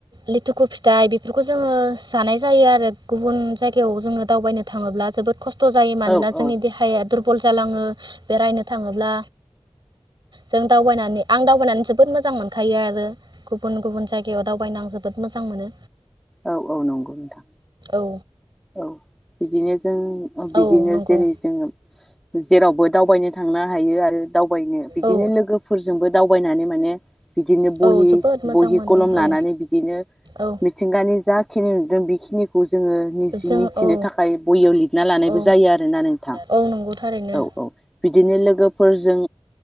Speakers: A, on the right; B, in the centre.
A: लिथुखु फिथाइ बिफोरखौ जोङो जानाय जायो आरो गुबुन जायगायाव जोङो दावबायनो थाङोब्ला जोबोद खस्थ थ' जायो मानोना
B: औ
A: जोंनि
B: औ
A: देहाया दुर बल जालाङो बेरायनो थाङोब्ला जों दावबायनानै आं दावबायनानै जोबोद मोजां मोनखायो आरो गुबुन गुबुन जायगायाव दावबायनो आं जोबोद मोजां मोनो।
B: औ औ नंगौ नोंथां।
A: उ
B: औ बिदिनो जों अ बिदिनो
A: औ नंगौ
B: जेरै जोङो जेरावबो दावबायनो थांनो हायो आरो दावबायनो बिदिनो
A: औ
B: लोगोफोरजोंबो दावबायनानै माने बिदिनो बहि
A: औ जोबोद मोजां
B: बहि
A: मोनो
B: कलम लानानै
A: औ
B: बिदिनो
A: औ
B: मिथिंगानि जाखिनि नुदों बिखिनिखौ जोङो निसि दि
A: जों
B: मिथिनो
A: औ
B: थाखाय बहियाव लिरना लानायबो
A: औ
B: जायो आरोना नोंथां
A: औ नंगौ थारैनो
B: औ औ बिदिनो लोगोफोरजों